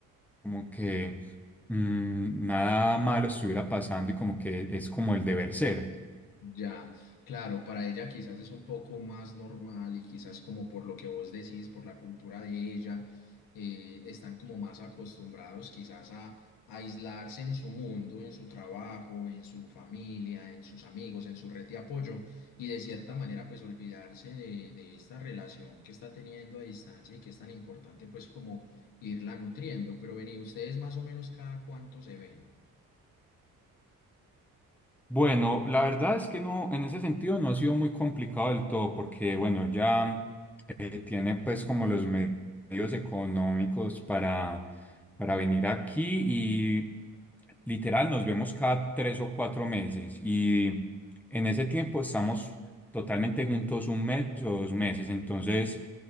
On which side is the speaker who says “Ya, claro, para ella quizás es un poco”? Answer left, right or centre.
Left